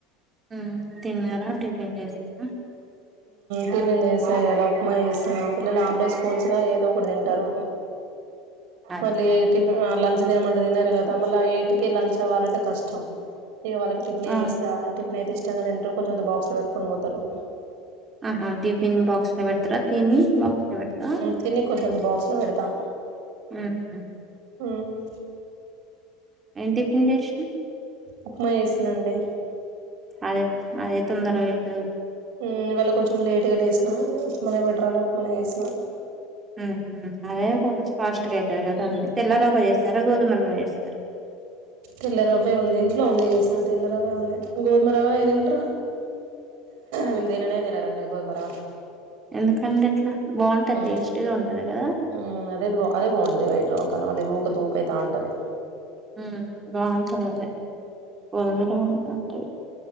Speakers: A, on the right; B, on the right.
A: హ్మ్మ్ తిన్నార టిఫిన్ చేసారా
B: టిఫిన్ చేసాము ఇయ్యాల ఉప్మా చేసినా పిల్లలు ఆ స్కూల్స్ ఏదో ఒకటి తింటారు
A: అదే
B: దాంట్లో <unintelligible> లంచ్ తినమంటే తినర్ కదా మళ్ళీ ఎయిట్కి లంచ్ అవ్వాలంటే కష్టం ఇక వాళ్ళకి టిఫిన్
A: ఆ
B: ఇస్తా టిఫిన్ అయితే ఇష్టం గా తింటారు కొంచం బాక్స్ లో పెట్టుకొని పోతారు
A: ఆహా టిఫిన్ బాక్స్ పెడతారా తిని బాక్స్ లో పెడతారా
B: తిని కొంచం అంత బాక్స్ లో పెడతాం
A: ఊహూ
B: హ్మ్మ్
A: ఎం టిఫిన్ తెచ్చి
B: ఉప్మా చేసినండీ
A: అదే అదే తొందరగయితది
B: ఊ ఇవాళ కొంచం లేటుగా లేసినా ఉప్మా నే బెటరని ఉప్మా నే చేసిన
A: ఉ హు అదే కొంచం ఫాస్టుగా అయితది కదండీ తెల్ల రవ్వ చేస్తర గోధుమల రవ్వ చేస్తర
B: తెల్లరవ్వే ఉంది ఇంట్లో ఉంది చేసా తెల్లరవ్వే ఉంది గోధుమ రవ్వ తింటరా వీళ్ళు తిననే తినరండీ గోధమరవ్వ
A: ఎందుకండీ అట్ల బాగుంటది
B: ఉమ్
A: టేస్టీగా ఉంటది గదా
B: ఉమ్ అదే అదే బాగుంటది బయట రవ్వ కన్న మళ్ల ఇది ఊక దూప అయితాంటది
A: ఉ బాగుంటది అదే గోదుమరవ్వ బాగుంటది